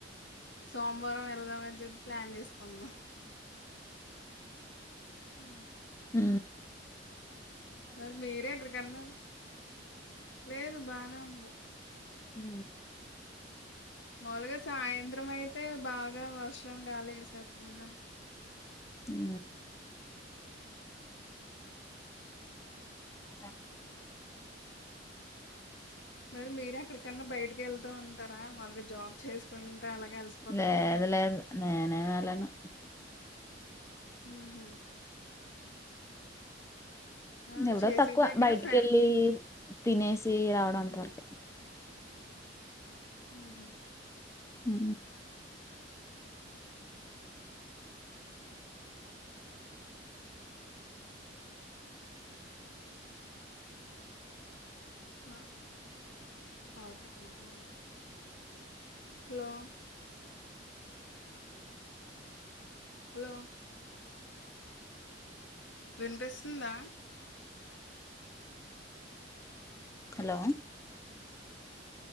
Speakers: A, on the left; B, on the left.
A: సోమవారం వెళ్దామని చెప్ ప్లాన్ చేసుకున్నా ఉ
B: ఉ
A: మరి మీరే ఎక్కడికన్నా లేదు బానే ఉంది
B: ఊ
A: మావుల్గా సాయంత్రం అయితే బాగా వర్షం గాలి వేసేత్దంగా
B: ఉ ఆ
A: మరి మీర ఎక్కడికన్నా బయటికి వెళ్తా ఉంటారా మావుల్గా జాబ్ చేసుకుంటే అలాగే అలిసిపోతారు
B: లేదు
A: కదా
B: లేదు నేనే వెళ్ళను
A: ఊహు వాళ్ళు
B: నేవుడా
A: చేసే
B: తక్కువ
A: దగ్గర
B: బయటికి
A: ఫ్రెండ్
B: వెళ్ళి తినేసి రావడం అంత
A: హ్మ్.
B: వరకే
A: ఊహు
B: హు
A: హా కాల్ కట్టైపేందా హలో హలో వినిపిస్తుందా?
B: హలో